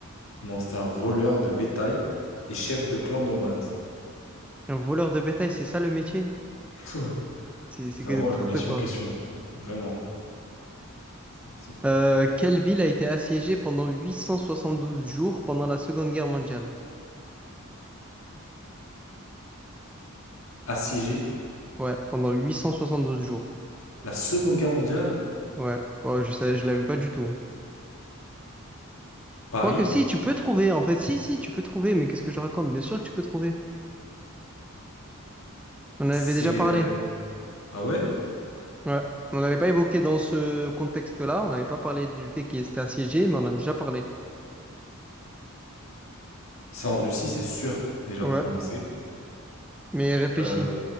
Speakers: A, on the left; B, in the centre.
A: non, c'était un voleur de bétail et chef de clan nomade.
B: Un voleur de bétail? C'est ça le métier?
A: <laughs> Ouais.
B: C'est c'est
A: Vraiment
B: que n'importe
A: le métier
B: quoi.
A: en question. quoi. Vraiment. C'est n'importe quoi.
B: Euh, quelle ville a été assiégée pendant 872 jours pendant la Seconde Guerre mondiale?
A: assiégé.
B: Ouais, pendant 872 jours.
A: La Seconde Guerre mondiale,
B: Ouais, ouais, je sais, je l'avais pas du tout.
A: Paris,
B: Quoique si, tu peux trouver, en fait, si, si, tu peux trouver, mais qu'est-ce que je raconte? Bien sûr que tu peux trouver. On en
A: c'est...
B: avait déjà parlé.
A: euh, Ah ouais?
B: Ouais. On n'avait pas évoqué dans ce contexte-là, on n'avait pas parlé du fait qu'il était assiégé, mais on en a déjà parlé.
A: C'est en Russie, c'est sûr, déjà
B: Ouais.
A: pour commencer.
B: Mais réfléchis.
A: Euh,